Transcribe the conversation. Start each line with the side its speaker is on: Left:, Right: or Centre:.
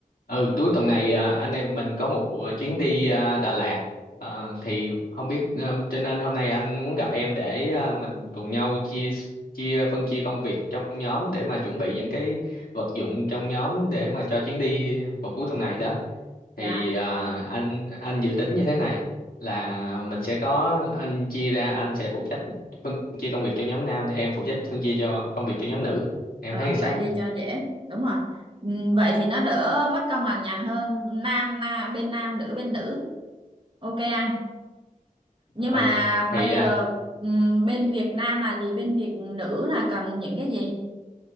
Left: ừ cuối tuần này à, anh em mình có một buổi chuyến đi à, Đà Lạt Ờ, thì không biết ờ, cho nên hôm nay anh muốn gặp em để à, mình cùng nhau chia chia phân chia công việc trong nhóm để mà chuẩn bị những cái vật dụng trong nhóm để mà cho chuyến đi vào cuối tuần này đó thì
Right: Dạ,
Left: à, anh anh dự tính như thế này là mình sẽ có anh chia ra anh sẽ phụ trách phân chia công việc cho nhóm nam em phụ trách phân chia cho công việc cho nhóm nữ em
Right: ờ,
Left: thấy sao
Right: vậy đi cho dễ. Đúng rồi. Ừm, Vậy thì nó đỡ mất công lằng nhằng hơn nam, na bên nam nữ bên nữ. Ok anh. Nhưng
Left: ừ
Right: mà
Left: thì
Right: bây giờ
Left: à,
Right: ừm, bên Việt Nam là gì? Bên Việt nữ là cần những cái gì?